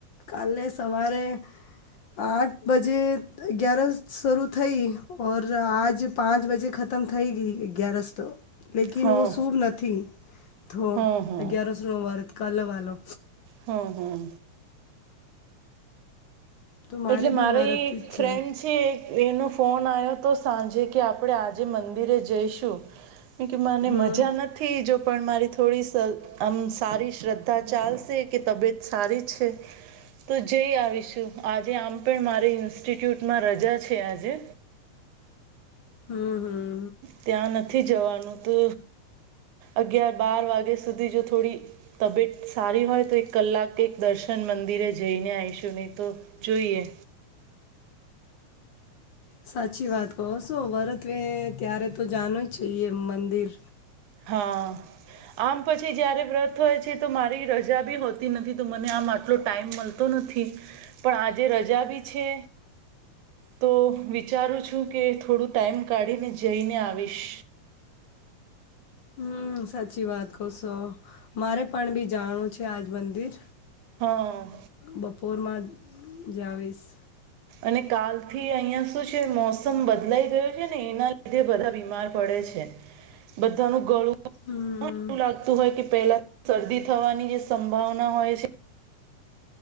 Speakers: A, on the left (about 70°); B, on the right (about 80°).
A: કાલે સવારે આઠ બજે અગિયાર શરૂ થઈ ઓર આજ પાંચ બજે ખતમ થઈ ગઈ અગિયારસ તો લકિ
B: હા
A: વ સૂભ નથી તો
B: હા હા
A: અગયારસો નવ ભારત કલ વાાલો
B: હમ હમ
A: તો
B: એટલે
A: બી
B: મારે
A: વ્રત
B: એ
A: જ
B: ફ્રેન્ડ્સ
A: છે
B: પછ એનો ફોન આવ્યો તો સાંજે કે આપણે આજે મંદિરે જઈશું. એમ કે મને
A: હમ
B: મજા નથ, થી જો પણ મારી થોડી આમ સારી શ્રદ્ધા ચાલશે કે તબિયત સારી છે. તો જઈ આવીશું આજે આમ પણ મારી ઇન્સ્ટિટ્યૂટમાં રજા છે. આજે
A: હમ હમ
B: ત્યાં નથી જવાનું તો અગિયાર બાર વાગ્યા સુધી જો થોડી. તબિયત સારી હોય તો એક કલાક એક દર્શન મંદિરે જઈને આવીશું નહીં તો જોઈએ
A: સાચી વાત તોશો વરતવે ત્યારે તો જાણ્યું છે. એ મંદિર
B: હા આમ પછી જયારે વ્રત હોય છે. તો મારી રજા બી હોતી નથી તો મને આમ આટલો ટાઈમ મળતો તો નથી પણ આજે રજા બી છે. તો વિચારું છું. કે થોડું ટાઈમ કાઢીને જઈને આવીશ
A: હમ સાચી વાત કશો મારે પણ બી જાણું છે. આજ મંદિર
B: હા
A: બપોરમાં જાવીશ
B: અને કાલ થી અહંયા શું છે. મોસમ બદલાઈ ગયો છે. ને એના લીધે બધા બીમાર પડે છે. બધાનું ગળું.
A: હમ
B: ને એવું લાગતું હોય કે પહેલા શરદી થવાની જે સંભાવના હોય છે.